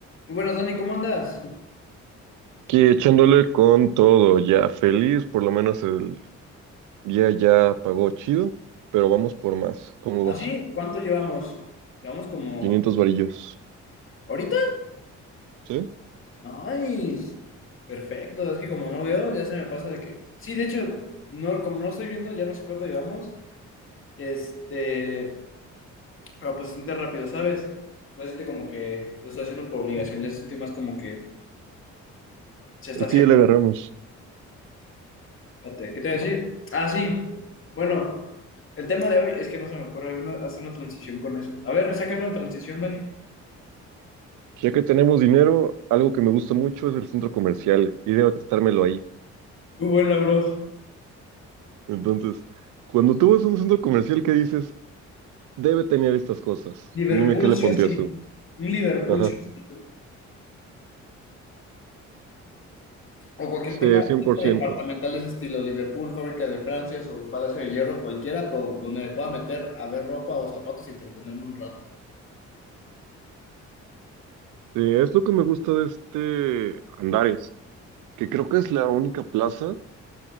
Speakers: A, on the left (about 45°); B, on the right (about 85°).
A: Muy buenas, Dani, ¿cómo andas?
B: Aquí echándole con todo, ya feliz, por lo menos el día ya pagó chido, pero vamos por más. ¿Cómo
A: ¿Así?
B: vas?
A: ¿Cuánto llevamos? Llevamos como...
B: 500 varillos,
A: ¿Ahorita?
B: ¿sí?
A: Nice. Perfecto, es que como no veo, ya se me pasa de que... Sí, de hecho, no, como no estoy viendo, ya no sé cuánto llevamos. Este... Pero pues se siente rápido, ¿sabes? No se siente como que lo estoy haciendo por obligación, ya se siente más como que se está
B: Es
A: haciendo.
B: que ya le agarramos.
A: Fíjate, ¿qué te voy a decir? Ah, sí. Bueno, el tema de hoy es que no se me ocurre una- hacer una transición con eso. A ver, saca una transición, Dani.
B: Ya que tenemos dinero, algo que me gusta mucho es el centro comercial y debo gastármelo ahí.
A: Muy buena, bro.
B: Entonces, cuando tú vas a un centro comercial que dices, debe tener estas cosas,
A: Liverpool
B: dime qué le
A: sí
B: pondrías
A: o sí.
B: tú.
A: Un Liverpool
B: Ajá.
A: sí o sí. O cualquier
B: Sí,
A: tema
B: 100%.
A: departamental de ese estilo. Liverpool, Fábrica de Francia o Palacio de Hierro, cualquiera, pero donde me pueda meter a ver ropa o zapatos y entretenerme un rato.
B: Sí, es lo que me gusta de este Andares, que creo que es la única plaza.